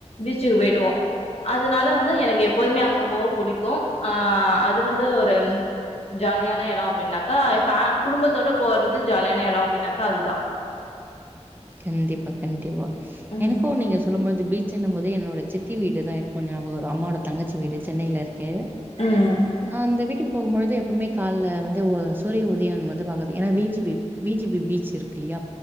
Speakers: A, on the left; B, on the right.
A: பீச்சுக்கு போயிடுவோ அதுனால வந்து எனக்கு எப்போதுமே அங்க போக புடிக்கு ஆ அது வந்து ஒரு ஜாலியான எடோ அப்டின்னாக்கா ஃபே குடும்பத்தோட போறது ஜாலியான எடோ அப்டின்னாக்கா அதுதா
B: கண்டிப்பா கண்டிப்பா
A: ம்
B: எனக்கு நீங்க சொல்லும்போது பீச்செனும்போது என்னோட சித்தி வீடு தா இருக்கு ஞாபகோ வரு அம்மாவோட தங்கச்சி வீடு சென்னையில இருக்கு
A: ம்
B: அந்த வீட்டுக்கு போம்பொழுது எப்பவுமே கால்லே வந்து சூரிய உதயோ வந்து பாக்காது ஏனா beach view V G B beach இருக்கு இல்லையா